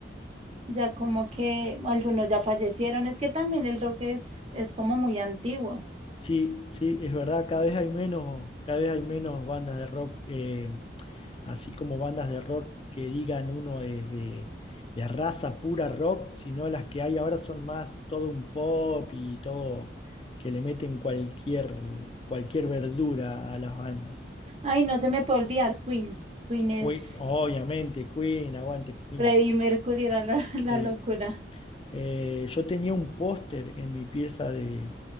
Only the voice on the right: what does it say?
ya como que algunos ya fallecieron. Es que también el rock es, es como muy antiguo.
Ay, no se me puede olvidar Queen. Queen es.
Freddie Mercury era la, <laughs> la
locura.